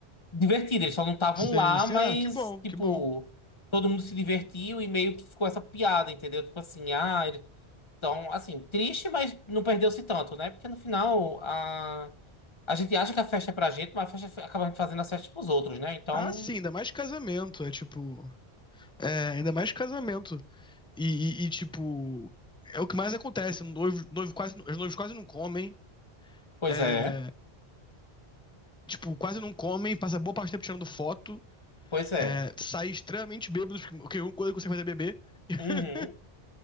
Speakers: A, on the left; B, in the centre.
A: divertida. Eles só não estavam
B: Sim,
A: lá,
B: sim.
A: mas,
B: Ah, que bom,
A: tipo,
B: que bom.
A: todo mundo se divertiu e meio que ficou essa piada, entendeu? Tipo assim, ah, ele... então, assim, triste, mas não perdeu-se tanto, né? Porque no final, a... a gente acha que a festa é pra gente, mas a festa acaba fazendo a festa pros outros, né? Então,
B: Ah, sim, ainda mais casamento. É tipo. É, ainda mais casamento. E, e- e, tipo. É o que mais acontece. Um Noivo, noivo quase, os noivos quase não comem.
A: pois
B: É,
A: é,
B: tipo, quase não comem. Passa boa parte do tempo tirando foto.
A: pois é.
B: É, sai extremamente bêbado, porque a única coisa que você faz é beber. <laughs>
A: Uhum.